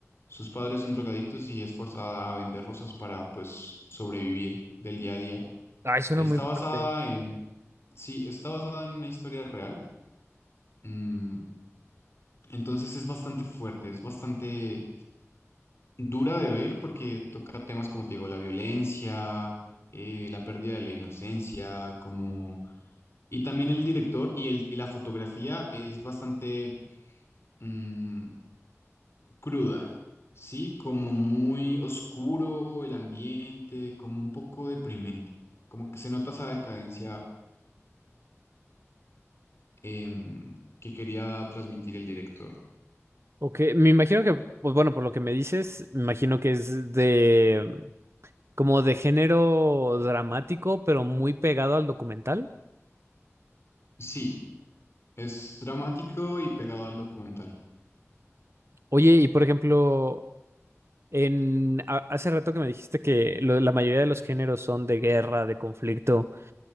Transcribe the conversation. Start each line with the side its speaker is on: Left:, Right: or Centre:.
Left: sus padres son drogadictos y es forzada a vender rosas para pues sobrevivir del día a día.
Right: Ay, suena
Left: Está
Right: muy fuerte.
Left: basada en, sí, está basada en una historia real. Mm, entonces es bastante fuerte, es bastante Dura de ver porque toca temas como te digo, la violencia, eh, la pérdida de la inocencia, como... Y también el director y, el, y la fotografía es bastante mm, cruda, ¿sí? Como muy oscuro el ambiente, como un poco deprimente, como que se nota esa decadencia em, que quería transmitir el director.
Right: Ok, me imagino que, pues bueno, por lo que me dices, me imagino que es de como de género dramático, pero muy pegado al documental.
Left: Sí, es dramático y pegado al documental.
Right: Oye, y por ejemplo, en a- hace rato que me dijiste que lo- la mayoría de los géneros son de guerra, de conflicto.